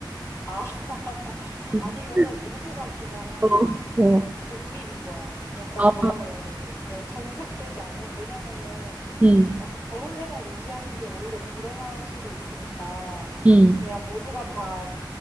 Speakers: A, on the left; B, on the right.
A: 아, <laughs>
B: <laughs>
A: 아니면은 모두가 그냥
B: 어, 어.
A: 독립인 거야. 약간
B: 아,
A: 뭐라 그래야 되지? 어, 종속되지 않은? 왜냐면은,
B: 음,
A: 약간 결혼 생활 유지하는 게 오히려 불행할 수도 있으니까
B: 음,
A: 그냥 모두가 다